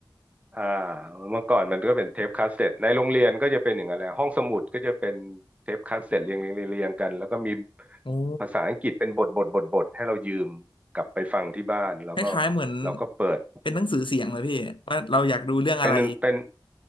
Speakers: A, on the right; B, on the left.
A: อ่าเมื่อก่อนมันก็เป็นเทปคาสเซ็ตในโรงเรียนก็จะเป็นอย่างนั้นแหละห้องสมุดก็จะเป็นเทปคาสเซ็ตเรียงเรียงเรียงเรียงกันแล้วก็มี
B: โอ้
A: ภาษาอังกฤษเป็นบทบทบทบทให้เรายืมกลับไปฟังที่บ้านแล้วก็
B: คล้ายๆเหมือน
A: เราก็เปิด
B: เป็นหนังสือเสียงเลยพี่ว่าเราอยากดูเรื่องอะไร
A: เป็นเป็น